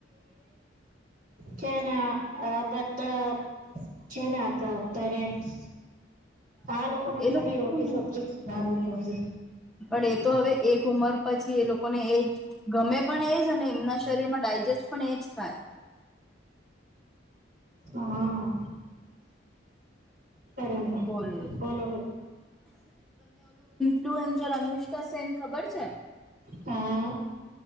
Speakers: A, in the centre; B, on the right (about 50°).
A: <unintelligible>
B: છેને, પતા છે ને, આપણા પેરેન્ટસ. હા, લોકોને
A: એ
B: ખાલી
A: લોકોને
B: રોટી સબજી ખાવા પીવા.
A: પણ, એ તો હવે એક ઉમર પછી, એ લોકોને એ. ગમે, પણ એજ, અને એમના શરીર માં ડાયજેસ્ટ પણ એજ થાય.
B: હા. બરાબર,
A: બોલ
B: બોલો.
A: ફ્લુએન્સર અનુષ્કા સેન ખબર છે.
B: હા